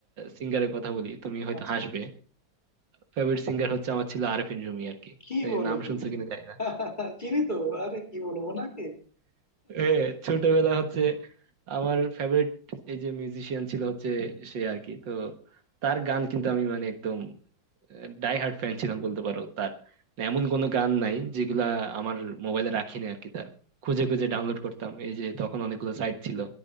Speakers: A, on the right; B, on the left.
A: সিঙ্গারের কথা বলি তুমি হয়তো
B: আচ্ছা
A: হাসবে ফেভারিট সিঙ্গার হচ্ছে আমার ছিল আরেফিন রুমি আর কি
B: কি
A: এই
B: বলো
A: নাম
B: তুমি
A: শুনছো কিনা জানি না
B: <laughs> চিনি তো আরে কি বলবো নাকি
A: এ, ছোটবেলা হচ্ছে আমার ফেভারিট এই যে মিউজিশিয়ান ছিল হচ্ছে সে আর কি তো তার গান কিন্তু আমি মানে একদম ডাই হার্ড ফ্যান ছিলাম বলতে পারো তার মানে এমন কোনো গান নাই যেগুলা আমার মোবাইলে রাখি না আর কি তার খুঁজে খুঁজে ডাউনলোড করতাম এই যে তখন অনেকগুলো সাইট ছিল